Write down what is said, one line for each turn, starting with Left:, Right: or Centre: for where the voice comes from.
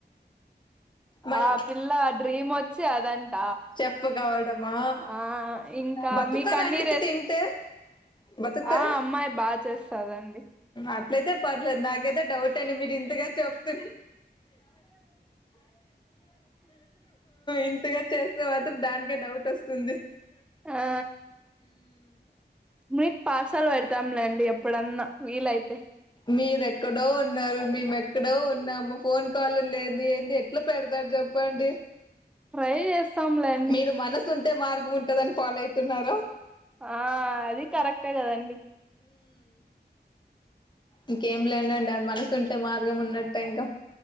Left: మళ
Centre: ఆ పిల్ల డ్రీమ్ వచ్చి అదంట
Left: చెప్పు కావడమా
Centre: ఆ ఇంకా
Left: బతుకాతారండి
Centre: మీకు అన్ని రెస్
Left: తింటే బతుకుతారా
Centre: ఆ అమ్మాయి బాగా చేస్తాదండి
Left: అట్లయితే పర్లేదు నాకైతే డౌట్ అని మీరు ఇంతగా చెప్తు ఇంతగా చేస్తే మాత్రం దానికే డౌట్ వస్తుంది
Centre: ఆ మీకు పార్సల్ పెడతాంలేండి ఎప్పుడన్నా వీలైతే
Left: మీర ఎక్కడో ఉన్నారు మేము ఎక్కడో ఉన్నాము ఫోన్ కాల్ లేదు ఏది ఎట్లా పెడతారు చంపండి
Centre: ట్రై చేస్తాంలేండి
Left: మీరు మనసు ఉంటే మార్గం ఉంటదని ఫాలో అయి తిన్నారా
Centre: ఆ అది కరెక్టే కదండి
Left: ఇంకేంలేండండి అదిమనసు ఉంటే మార్గం ఉన్న ఇంక